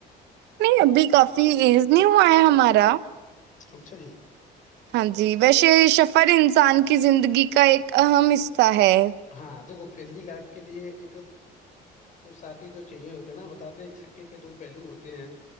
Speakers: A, on the right; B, on the left.
A: نہیں ابھی کافی ایز نہیں ہوا ہے ہمارا
B: اچھا جی
A: ہاں جی ویسے سفر انسان کے زندگی کا ایک اہم حصہ ہے
B: ہاں گ پھر بھی لائف کے لیے ایک ساتھی تو چاہیے ہوتے ہیں نا بتاتے ایک سککے کے دو پہلو ہوتے ہیں